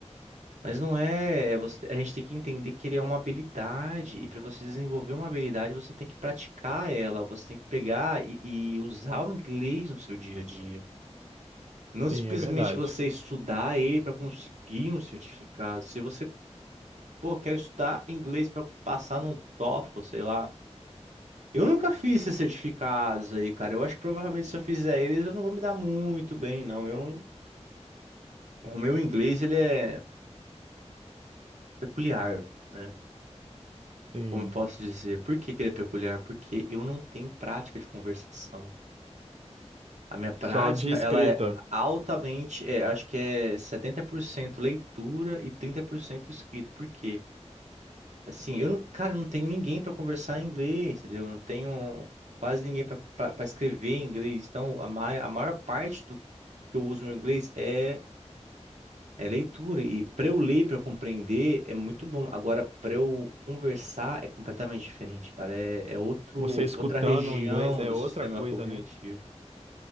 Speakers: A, on the right; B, on the right.
A: Mas não é, é você- a gente tem que entender que ele é uma habilidade, e para você desenvolver uma habilidade, você tem que praticar ela, você tem que pegar e, e usar o inglês no seu dia a dia. Não simplesmente
B: Sim, é verdade.
A: você estudar ele para conseguir um certificado. Se você, pô, quer estudar inglês para passar num TOEFL, sei lá. Eu nunca fiz esses certificados aí, cara. Eu acho que provavelmente se eu fizer eles, eu não vou me dar muito bem, não. Eu não- O meu inglês, ele é peculiar. né?
B: Sim.
A: Como eu posso dizer? Por que que ele é peculiar? Porque eu não tenho prática de conversação. A minha prática,
B: Só de escrita.
A: ela é altamente, é, acho que é 70% leitura e 30% escrita. Por quê? Assim, eu, não- cara, eu não tenho ninguém para conversar em inglês, entendeu? Eu não tenho quase ninguém para escrever em inglês. Então, a, ma a maior parte do que eu uso no inglês é É leitura, e para eu ler, para eu compreender, é muito bom. Agora, para eu conversar, é completamente diferente, cara. É, é outro,
B: Você escutando
A: outra região
B: o inglês é
A: do
B: outra
A: sistema
B: coisa,
A: cognitivo.
B: né?